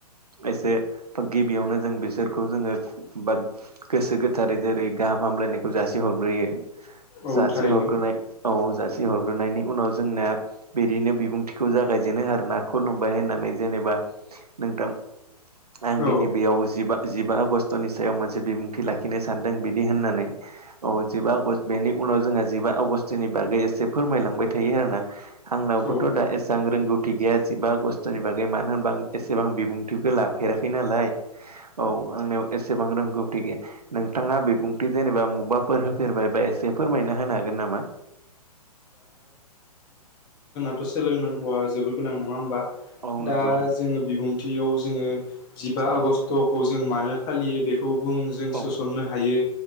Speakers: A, on the right (about 70°); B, on the left (about 20°).
A: एसे गिबियावनो जों बिसोरखौ जोङो बा गोसो गोथारै जेरै गाहाम हामलायनायखौ जासि हरग्रोयो
B: औ
A: जासि
B: थारैनो
A: हरग्रोनाय औ जा सि हरग्रोनायनि उनाव जोंना बिदिनो बिबुंथिखौ जागायजेनो आरो ना खुलुमबाय होननानै जेनेबा नोंथां आं
B: औ
A: दिनै बेयाव जिबा जिबा आगष्टनि सायाव मोनसे बिबुंथि लाखिनो सानदों बिदि होननानै औ जिबा आगष्ट बेनि उनाव जोंहा जिबा आगस्टनि बागै एसे फोरमायलांबाय थायो आरो ना आंनावबोथ'
B: औ
A: दा एसां रोंगौथि गैया जिबा आगस स्तनि बागै मानो होनबा आं एसेबां बिबुंथिखो लाफेराखै नालाय औ आंनियाव एसेबां रोंगौ थि गैया नोंथाङा बिबुंथि जेनेबा मुबाफोर होफेरबाय बा एसे फोरमायना होनो हागोन नामा
B: थ' सोंलों नांगौ आ जोबोर गोनां नङा होमबा
A: औ नंगौ
B: दा जोङो बिबुंथियाव जोङो जिबा
A: औ
B: आगष्ट'खौ जों मानो फालियो बेखौ बुं जों
A: औ
B: सोसननो हायो